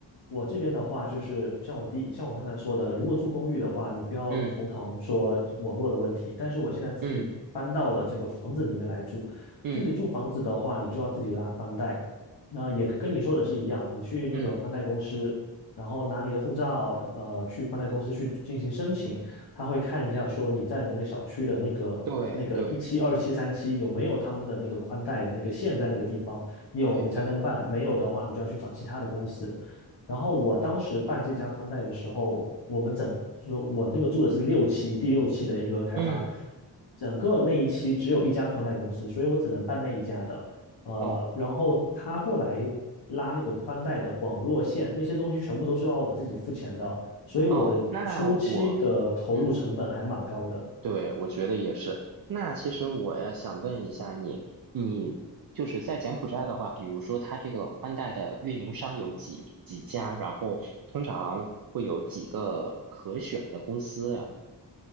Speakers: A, on the left; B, on the right.
A: 我这边的话就是像我第像我刚才说的，如果住公寓的话，你不要头疼说网络的问题。
B: 嗯
A: 但是我现在自己搬到了这个房子里面来住，
B: 嗯嗯
A: 自己住房子的话，你就要自己拉宽带。那也跟你说的是一样，你去那个宽带公司，
B: 嗯，
A: 然后拿你的护照，呃，去宽带公司去进行申请。他会看一下说你在的那个小区的那个那个一期、
B: 对对
A: 二期、三期有没有他们的那个宽带的那个线在那个地方，有你才能办，
B: 对对，
A: 没有的话你就要去找其他的公司。然后我当时办这家宽带的时候，我们整就我那个住的是六期，第六期的一个开发，
B: 嗯，
A: 整个那一期只有一家宽带公司，所以我只能办那一家的。呃，
B: 哦
A: 然后他过来拉那个宽带的网络线，那些东西全部都是要我自己付钱的。所以我的初期的投入成本还蛮高的。
B: 哦，那我。嗯。对，我觉得也是。那其实我也想问一下你，你就是在柬埔寨的话，比如说它这个宽带的运营商有几几家，然后通常会有几个可选的公司呀？